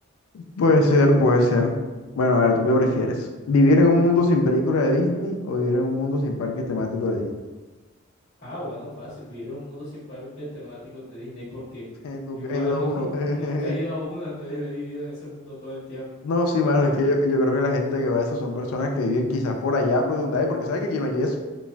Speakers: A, on the left (about 75°); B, on the left (about 40°).
A: Puede ser, puede ser. Bueno, a ver, ¿tú qué prefieres? ¿Vivir en un mundo sin película de Disney o vivir en un mundo sin parques temáticos de Disney?
B: Ah, bueno, fácil, vivir en un mundo sin parques temáticos de Disney, porque
A: <laughs> Nunca
B: yo igual
A: he ido a
B: no,
A: uno.
B: <laughs> nunca he ido a
A: <laughs>
B: uno, entonces he vivido en ese mundo todo el tiempo.
A: No, sí,
B: Ya
A: mano,
B: tú.
A: es que yo, yo creo que la gente que va a eso son personas que viven quizás por allá, por donde hay, porque sabes que aquí no hay eso.